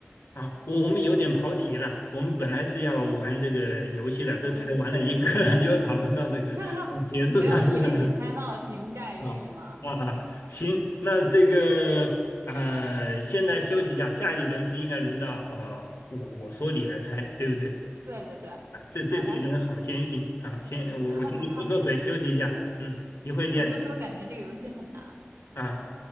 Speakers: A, on the left (about 70°); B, on the right (about 85°).
A: 啊，我我们有点跑题了。我们本来是要玩这个游戏的，这才玩了一个，
B: 游戏，
A: <laughs> 又讨论到这个呃学术上去了。
B: <laughs> 哈哈，没有，因为你猜到的是林黛玉嘛。
A: 啊啊啊！行，那这个呃，现在休息一下，下一轮是应该轮到呃，我我说你来猜，对不对？
B: 对对对，
A: 啊，这这这一轮好艰辛啊！
B: 好了，
A: 行，我我先去喝口水休息一下，
B: <laughs>
A: 嗯，一会见
B: 我就说感觉这个游戏很难。
A: 啊，